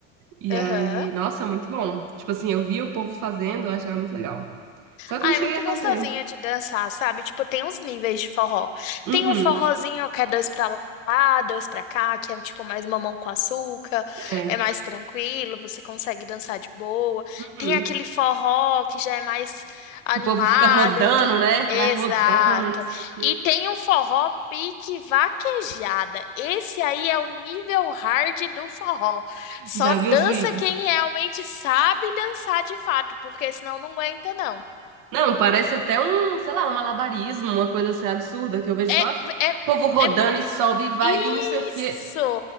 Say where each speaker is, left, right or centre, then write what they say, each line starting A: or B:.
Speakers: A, on the right; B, on the left.
A: E
B: aham.
A: aí, nossa, muito bom. Tipo assim, eu via o povo fazendo, eu achava muito legal. Só que
B: Ah,
A: eu não
B: é
A: cheguei
B: muito
A: a
B: gostosinha
A: fazer.
B: de dançar, sabe? Tipo, tem uns níveis de forró.
A: Uhum,
B: Tem o forrozinho que é dois pra lá, dois pra cá, que é tipo mais mamão com açúcar,
A: é.
B: é mais tranquilo, você consegue dançar de boa.
A: Uhum.
B: Tem aquele forró que já é mais animado,
A: Que o povo fica rodando,
B: então.
A: né? Que
B: Exato.
A: vai rodando, não sei o quê.
B: E tem o forró pique vaquejada. Esse aí é o nível hard do forró. Só
A: Já
B: dança
A: vi os vídeos.
B: quem realmente sabe dançar de fato, porque senão não aguenta, não.
A: Não, parece até um, sei lá, um malabarismo, uma coisa assim absurda, que eu vejo
B: É,
A: só o
B: é,
A: povo rodando
B: é muito.
A: e sobe e vai
B: Isso!
A: e não sei o quê.